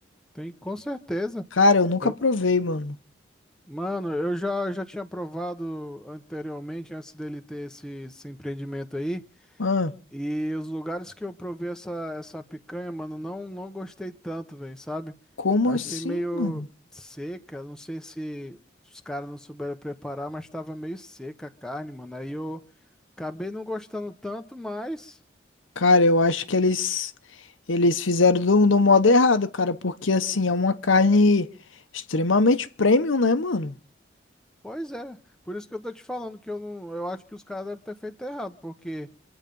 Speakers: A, in the centre; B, on the left.
A: Tem com certeza.
B: Cara, eu nunca
A: Eu,
B: provei, mano.
A: mano, eu já, já tinha provado anteriormente, antes dele ter esse, esse empreendimento aí.
B: Ah,
A: E os lugares que eu provei essa, essa picanha, mano, não, não gostei tanto, velho, sabe?
B: como
A: Achei
B: assim,
A: meio
B: mano?
A: seca, não sei se os caras não souberam preparar, mas tava meio seca a carne, mano. Aí eu acabei não gostando tanto, mas,
B: Cara, eu acho que eles eles fizeram do, do modo errado, cara, porque assim, é uma carne extremamente premium, né, mano?
A: pois é. Por isso que eu tô te falando que eu não, eu acho que os caras devem ter feito errado, porque